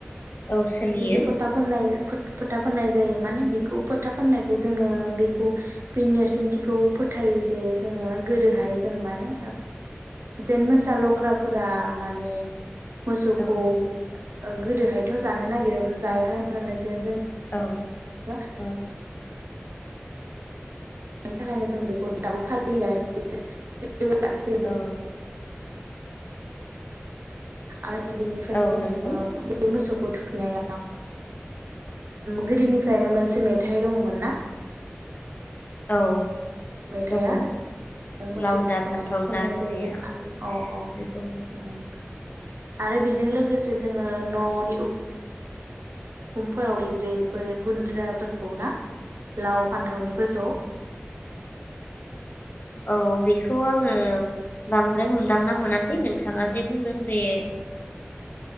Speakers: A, on the left; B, on the right.
A: औ सोलियो
B: बिदिु फताबनाय फो फोथा फाननाय जायो माने बेखौ फोथा फाननायखौ जोंङो बेखौ बे नेरसोनथिखौ फोथायो जे जोंङो गोदोहाय जों माने जेन मोसा लख्राफोरा माने मोसौखौ
A: औ
B: गोदोहाय थ जानो नागिरोमोन जाया होन होननानै जेन जो <unintelligible>
A: औ औ
B: बेनि थाखायनो जों बेखौ दाबो फालियो आरो <unintelligible> <unintelligible>
A: औ
B: दं बेनिफ्राय
A: औ
B: जोंङो
A: नंगौ
B: बे मोसौखौ <unintelligible> थुखैनाय गोदोनि यो मोनसे मेथाइ दंङमोन ना
A: औ
B: मेथाइआ
A: दंङ
B: मोसौ
A: लाव जा
B: थुखैनायाव
A: फान्थाव
B: खननाय
A: जा होननाया
B: जायो अ
A: औ
B: अ
A: बेखौ
B: उम आरो बेजों लोगोसे जोंङो ननि उख <unintelligible> बेफोर गुनद्रा ना लाव फान्थाव
A: औ बेखौ आं ओ आंङो बांद्राय हमदांना मोनाखै हैओइ नोंथाङा
B: उम
A: जे बुंदों बे